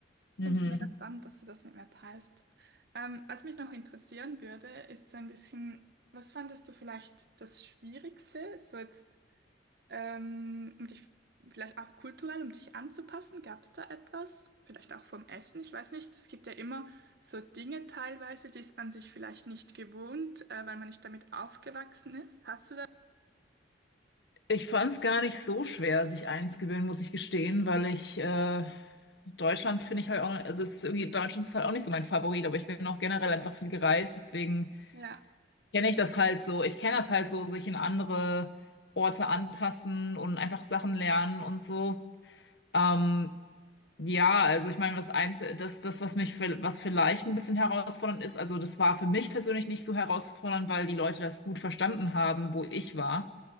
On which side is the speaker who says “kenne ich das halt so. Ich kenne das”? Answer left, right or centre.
Left